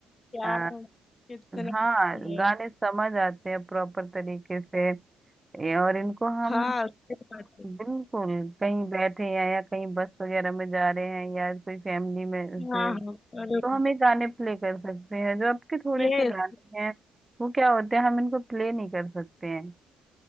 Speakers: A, on the left; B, on the right.
A: क्या
B: आ,
A: कितना
B: हाँ
A: है
B: गाने समझ आते हैं प्रॉपर तरीके से ये- और इनको हम
A: हाँ सही बात है
B: बिल्कुल कहीं बैठे हैं या कहीं बस वगैरह में जा रहे हैं या कोई फैमिली में से
A: हाँ हाँ बराबर
B: तो हम ये गाने प्ले कर सकते हैं जो आपके थोड़े
A: यस
B: से गाने हैं वो क्या होते हैं हम इनको प्ले नहीं कर सकते हैं